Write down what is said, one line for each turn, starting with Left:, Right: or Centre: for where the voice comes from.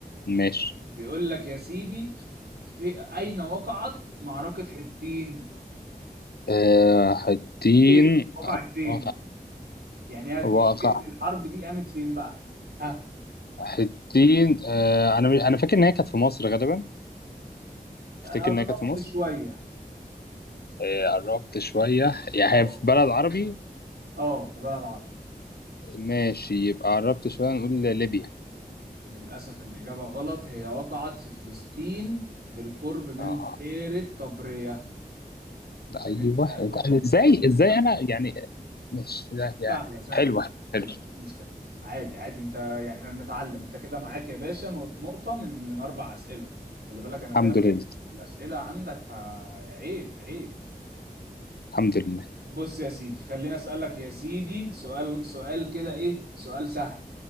Left: ماشي
Right: بيقول لك يا سيدي في اين وقعت معركة حطين
Left: آه حتين
Right: فين وقعت فين
Left: واقع
Right: يعني هت...
Left: واقع
Right: الحرب دي قامت فين بقى ها
Left: حتين آه انا انا فاكر ان هي كانت في مصر غالبا
Right: قربت
Left: تفتكر إن هي كانت في مصر؟
Right: شوية
Left: آه، قربت شوية يعني
Right: اه
Left: هي في بلد عربي
Right: اه في بلد عربي
Left: ماشي يبقى قربت شوية نقول ليبيا
Right: للأسف الإجابة غلط هي وقعت في فلسطين بالقرب من
Left: اه
Right: بحيرة طبرية عشان
Left: أيوه
Right: أنت شفت
Left: أنا إزاي
Right: شفت
Left: إزاي
Right: أنت
Left: أنا يعني مش لا يعني
Right: سهلة سهلة
Left: حلوة
Right: مفيش مشكلة
Left: حلوة
Right: مفيش مشكلة عادي عادي أنت يعني إحنا بنتعلم أنت كده معاك يا باشا نقط- نقطة من من أربع أسئلة خلي بالك أنا
Left: الحمد
Right: كده
Left: لله
Right: الأسئلة عندك ه- عيب عيب
Left: الحمد لله
Right: بص يا سيدي خليني أسألك يا سيدي سؤال سؤال كده إيه سؤال سهل